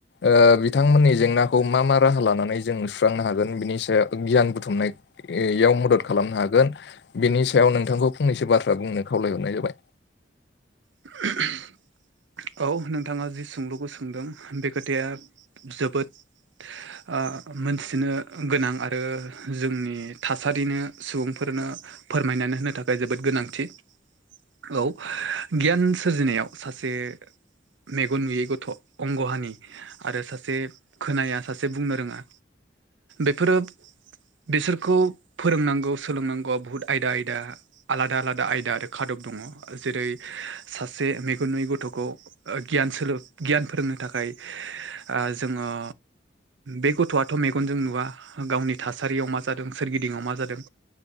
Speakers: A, on the left; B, on the right.
A: ओ बिथांमोननि जेंनाखौ मा मा राहा लानानै जों सुस्रांनो हागोन बिनि सा-सायाव गियान बुथुमनाय याव मदद खालामनो हागोन बेनि सायाव नोंथांखौ फंनैसो बाथ्रा बुंनो खावलायहरनाय जाबाय।
B: <unintelligible> औ नोंथाङा जि सोंलुखौ सोंदों बे खोथाया जोबोद ओ मोनथिनो गोनां आरो जोंनि थासारिनो सुबुंफोरनो फोरमायनानै होनो थाखाय जोबोद गोनांथि। औ गियान सोरजिनायाव सासे मेगन नुयै गथ' अंग हानि आरो सासे खोनाया सासे बुंनो रोङा बेफोरो बिसोरखौ फोरोंनांगौ सोलोंनांगौआ बहुत आयदा आयदा। आलादा आलादा आयदा आरो खादब दङ जेरै सासे मेगन नुयै गथ'खौ ओ गियान सोलों गियान फोरोंनो थाखाय ओ जोङो बे गथ'आथ' मेगनजों नुवा गावनि थासारियाव मा जादों सोरगिदिङाव मा जादों।